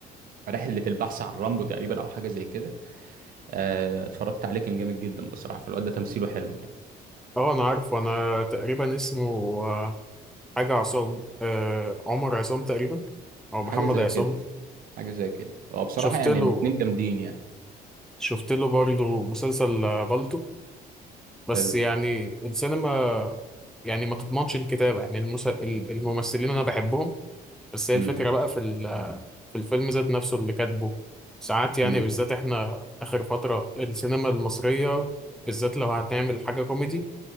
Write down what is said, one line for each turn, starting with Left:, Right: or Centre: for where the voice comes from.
Right: رحلة البحث عن رامبو تقريبا او حاجة زي كده آه، اتفرجت عليه كان جامد جدا بصراحة فالواد ده تمثيله حلو يعني
Centre: اه انا عارف وانا تقريبا اسمه آه، حاجة عصام آه عمر عصام تقريبا أو محمد
Right: حاجة زي
Centre: عصام
Right: كده حاجة زي كده هو بصراحة
Centre: شفت
Right: يعني
Centre: له
Right: الاتنين جامدين يعني
Centre: شفت له برضه مسلسل آه، بالطو
Right: حلو
Centre: بس يعني السينما يعني ما تضمنش الكتابة يعني المس... ال- الممثلين أنا بحبهم بس هي
Right: امم
Centre: الفكرة بقى في ال... في الفيلم ذات نفسه اللي كاتبه ساعات يعني
Right: امم
Centre: بالذات إحنا آخر فترة السينما المصرية بالذات لو هتعمل حاجة كوميدي